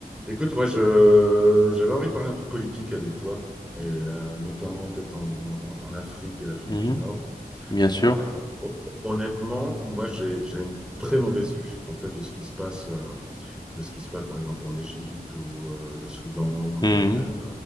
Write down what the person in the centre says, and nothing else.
Écoute, moi, je, j'avais envie de parler un peu de politique avec toi, et euh, notamment peut-être en, en- en Afrique et l'Afrique
du Nord.
Euh, hon- honnêtement, moi, j'ai, j'ai une très mauvaise vue, en fait, de ce qui se passe, euh, de ce qui se passe, par exemple, en Égypte ou euh, le Soudan
et, euh,